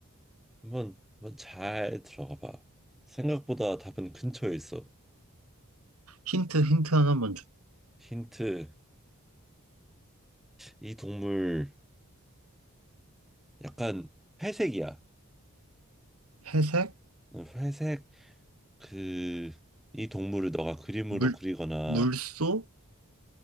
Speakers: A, in the centre; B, on the right.
A: 한번 한번 잘 들어가 봐. 생각보다 답은 근처에 있어.
B: 힌트, 힌트 하나만 줘.
A: 힌트. 이 동물 약간 회색이야.
B: 회색?
A: 음, 회색 그 이 동물을 너가 그림으로
B: 물,
A: 그리거나
B: 물소?